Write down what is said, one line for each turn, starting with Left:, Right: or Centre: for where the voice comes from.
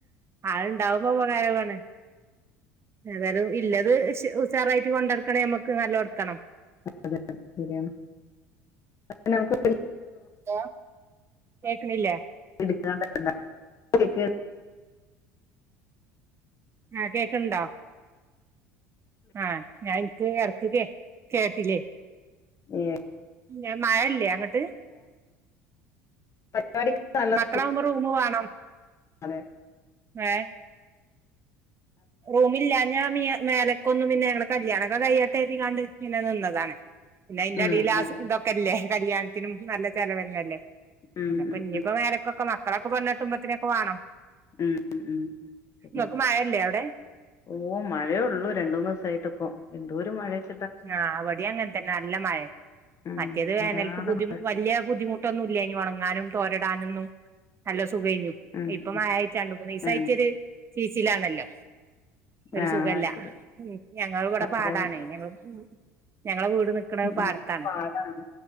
Right: അത് ഉണ്ടാവുമ്പൊ ഉപകാരം ഉള്ളതാണ്
Left: മ്മ്.......
Right: ഏതായാലും ഇല്ലത് ഉഷാറായിട്ട് കൊണ്ട് നടക്കണെ ഞമ്മക്ക് നല്ലോണം ഇടക്കണം
Left: അതെ ശരിയാണ് ഞാൻ അവൾക്ക്
Right: ന്തോ കേക്ക്ണില്ലെ
Left: കിട്ടുന്നതല്ല കുടീക്
Right: ആഹാ കേക്ക്ണുണ്ടോ ആഹ് ഞാൻ ഇന്ക്ക് എടക്ക് കേ കേട്ടി ലെ
Left: ഉം
Right: ഞ, മഴല്ലെ അങ്ങട്ട്
Left: പരിപാടിക്ക് നല്ലതാണ്
Right: മക്കളാവുമ്പോ റൂമ് വേണം,
Left: അതെ
Right: ഏഹ് റൂമില്ലാഞ്ഞാ മിയെ മേലക്കൊന്നും പിന്നെ ഞങ്ങളെ കല്യാണൊക്കെ കയ്യട്ടെ എന്ന് കരുതിട്ട് നിന്നതാണ് പിന്നെ അയിന്റെ
Left: ഉം
Right: അടീല്
Left: ഉം
Right: ആസ് ഇതൊക്കെല്ലെ കല്യാണത്തിനും നല്ല ചെലവ് തന്നെയാല്ലെ
Left: ഉം
Right: ഇപ്പൊ
Left: ഉം ഉം
Right: ഇഞ്ഞിപ്പോൾ മേലൊകൊക്കെ മക്കളൊക്കെ പെണ്ണ് കേട്ടുമ്പോതിന്ന് നൊക്കെ വേണം
Left: ഉം ഉം ഉം ശരിയാണ്
Right: ഇങ്ങക്ക് മഴ ഇല്ലെ അവിടെ
Left: ഓ മഴയെ ഉള്ളൂ രണ്ടൂ മൂന്നു ദിവസായിട്ട് ഇപ്പൊ എന്തോരം മഴ യാണ്
Right: ആഹ് അവടെ അങ്ങൻതന്നെ നല്ല മഴ
Left: ഉം
Right: മറ്റേത്
Left: തോരാതെ
Right: വേനൽക്ക് ബുദ്ധി
Left: മഴ
Right: വല്യെ ബുദ്ധിമുട്ടൊന്നും ഇല്ലേനു ഉണങ്ങാനും തോരടാനൊന്നും നല്ല സുഖെയ്നിം
Left: ഉം
Right: ഇപ്പം
Left: ഉം
Right: മഴായായിട്ട് രണ്ട് മൂന്നീസയ്റ്റൊര്
Left: ഉം
Right: ചീച്ച്ലാണല്ലൊ. ഒരു
Left: ആ ആ
Right: സുഖല്ല.
Left: ശരി
Right: ഞങ്ങള് വടെ പാടാണെ
Left: അതെ
Right: ഞങ്ങ ഞങ്ങളെ വീട് നിക്ക്ണ പാട്ത്താണ്
Left: ഇങ്ങക്ക് പാടാണ്